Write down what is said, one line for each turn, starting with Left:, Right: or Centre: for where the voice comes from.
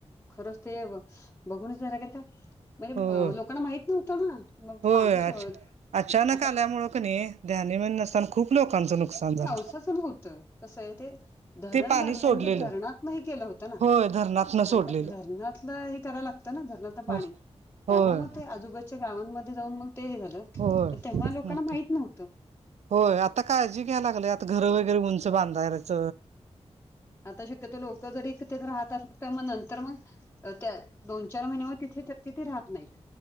Left: खरच ते बघुनच जरा कस म्हणजे
Right: होय
Left: लोकांना माहित तु चल ना मग
Right: होय
Left: पाणी
Right: अ
Left: शोध
Right: अचानक
Left: आता
Right: आल्यामुळे की नाही ध्यानी मनी नसताना खूप लोकांच नुकसान झाल
Left: तसच होत ते कस आहे ते धरण
Right: ते पाणी
Left: भरल्यानंतर
Right: सोडलेलं
Left: धरणातनही केल होत ना
Right: होय धरणातन सोडलेलं
Left: धरणातल हे करायला लागत ना धरणात तर
Right: हो
Left: पाणी त्यामुळे
Right: होय
Left: मग ते आजूबाजुच्या गावांमध्ये जाऊन मग ते हे झालं तर
Right: होय
Left: त्यामुळे लोकांना
Right: मग
Left: माहित
Right: काय
Left: नव्हत
Right: होय आता काळजी घ्या लागले आता घर वगैरे उंच बांधायच
Left: आता शक्यतो लोक जरी एकत्र राहत तर मग नंतर मग त्या दोन चार महिने मग तिथे तिथे राहत नाहीत